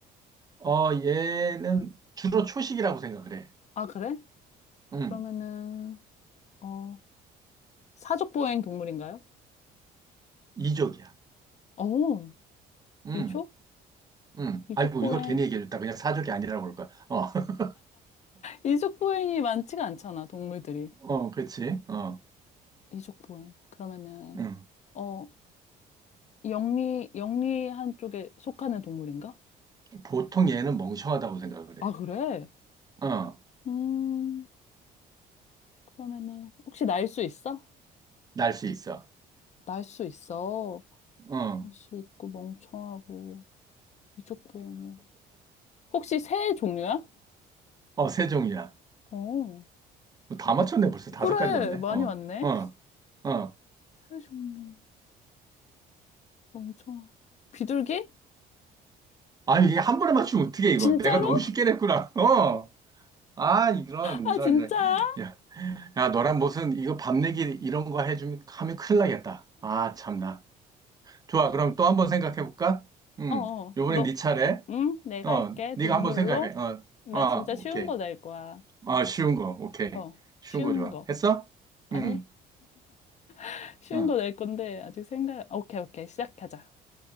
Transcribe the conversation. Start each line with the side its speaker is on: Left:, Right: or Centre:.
Right: 어, 얘는 주로 초식이라고 생각을 해.
Left: 아, 그래?
Right: 음.
Left: 그러면은, 어, 사족보행 동물인가요?
Right: 이족이야.
Left: 어,
Right: 음.
Left: 미초?
Right: 음.
Left: 이족보행.
Right: 아이고, 이걸 괜히 얘기해줬다. 그냥 사족이 아니라고 그럴 거야. 어. <laughs>
Left: 이족보행이 많지가 않잖아, 동물들이.
Right: 어, 그렇지. 어.
Left: 이족보행. 그러면은,
Right: 음.
Left: 어, 영리, 영리한 쪽에 속하는 동물인가?
Right: 보통 얘는 멍청하다고 생각을
Left: 아,
Right: 해.
Left: 그래?
Right: 어.
Left: 음, 그러면은, 혹시 날 수 있어?
Right: 날 수 있어.
Left: 날 수 있어.
Right: 어.
Left: 날 수 있고, 멍청하고, 이족보행이. 혹시 새 종류야?
Right: 어, 세 종이야.
Left: 어,
Right: 뭐 다 맞췄네. 벌써 다섯
Left: 그래,
Right: 가지 왔네.
Left: 많이
Right: 어.
Left: 왔네.
Right: 어. 어.
Left: 새 종류, 멍청하. 비둘기?
Right: 아니, 이게 한 번에 맞추면 어떻게 이거?
Left: 진짜로?
Right: 내가 너무 쉽게 냈구나. 어. 아, 이런,
Left: 아,
Right: 이런,
Left: 진짜?
Right: 이런. 야, 야, 너랑 무슨, 이거 밤내기 이런 거 해주면, 하면 큰일 나겠다. 아, 참나. 좋아, 그럼 또 한번 생각해볼까? 음,
Left: 어, 어,
Right: 요번엔
Left: 너,
Right: 네 차례.
Left: 응? 내가
Right: 어,
Left: 할게.
Right: 네가
Left: 동물로?
Right: 한번 생각해. 어,
Left: 나
Right: 어,
Left: 진짜
Right: 오케이.
Left: 쉬운 거 낼 거야.
Right: 아, 쉬운 거, 오케이.
Left: 어,
Right: 쉬운
Left: 쉬운
Right: 거 좋아.
Left: 거.
Right: 했어?
Left: 아니,
Right: 음,
Left: <laughs> 쉬운
Right: 응.
Left: 거 낼 건데, 아직 생각, 오케이, 오케이. 시작하자.